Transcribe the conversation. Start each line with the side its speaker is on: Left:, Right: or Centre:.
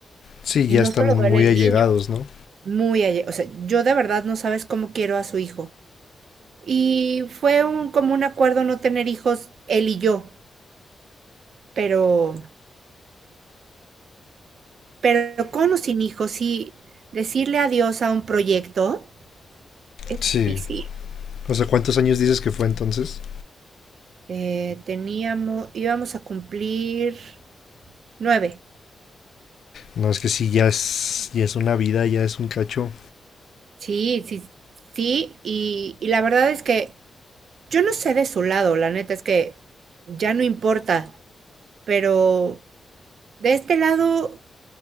Left: Sí,
Right: Y
Left: ya
Right: no
Left: están
Right: solo duele
Left: muy
Right: el
Left: allegados,
Right: niño,
Left: ¿no?
Right: muy, alle- o sea, yo de verdad no sabes cómo quiero a su hijo. Y fue un, como un acuerdo no tener hijos, él y yo, pero, pero con o sin hijos, sí, decirle adiós a un proyecto es
Left: Sí.
Right: difícil.
Left: O sea, ¿cuántos años dices que fue entonces?
Right: Eh, teníamos, íbamos a cumplir nueve.
Left: No, es que sí, ya es, ya es una vida, ya es un cacho.
Right: Sí, sí, sí, y, y la verdad es que yo no sé de su lado, la neta es que ya no importa, pero de este lado